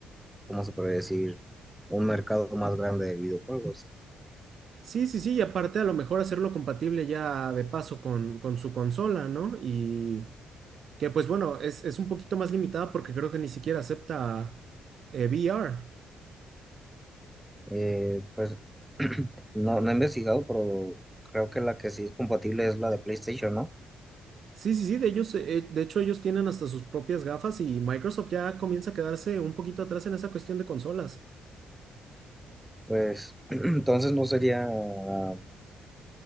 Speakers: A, in the centre; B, on the right.
A: ¿cómo se puede decir? Un mercado más grande de videojuegos.
B: Sí, sí, sí, y aparte a lo mejor hacerlo compatible ya de paso con, con su consola, ¿no? Y que pues bueno, es, es un poquito más limitada porque creo que ni siquiera acepta eh, VR.
A: Eh, pues <clears throat> no, no he investigado, pero creo que la que sí es compatible es la de PlayStation, ¿no?
B: Sí, sí, sí, de ellos, eh, de hecho ellos tienen hasta sus propias gafas y Microsoft ya comienza a quedarse un poquito atrás en esa cuestión de consolas.
A: Pues <clears throat> entonces no sería, o